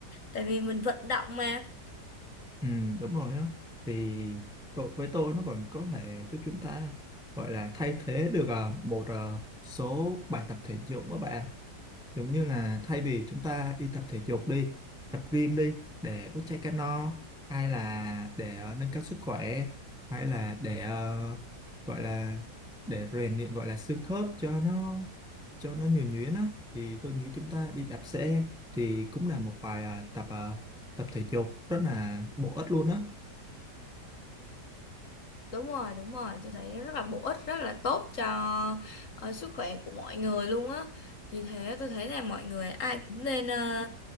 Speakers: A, on the left; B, in the centre.
A: tại vì mình vận động mà
B: Ừ, đúng rồi á thì tôi với tôi nó còn có thể giúp chúng ta gọi là thay thế được à, một à, số bài tập thể dục các bạn giống như là thay vì chúng ta đi tập thể dục đi tập gym đi để đốt cháy calo no hay là để ờ, nâng cao sức khỏe hay là để ờ, gọi là để rèn luyện gọi là xương khớp cho nó cho nó nhuần nhuyễn á thì tôi nghĩ chúng ta đi đạp xe thì cũng là một bài ờ, tập ờ, tập thể dục rất là bổ ích luôn á
A: Đúng rồi, đúng rồi, tôi thấy rất là bổ ích, rất là tốt cho ờ, sức khỏe của mọi người luôn á. Vì thế tôi thấy là mọi người ai cũng nên ờ,